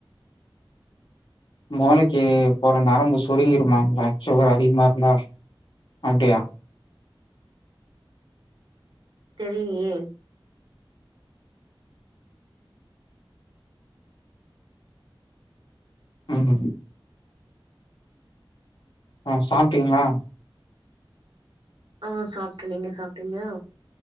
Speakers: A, on the left (about 60°); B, on the right (about 60°).
A: மூளைக்கு போற நரம்பு சுருங்கிருமாம்ல சுகர் அதிகமா இருந்தா அப்டியா
B: தெரிலயே
A: ம் ஆ சாப்ட்டீங்களா
B: ஆ சாப்ட நீங்க சாப்ட்டீங்கலா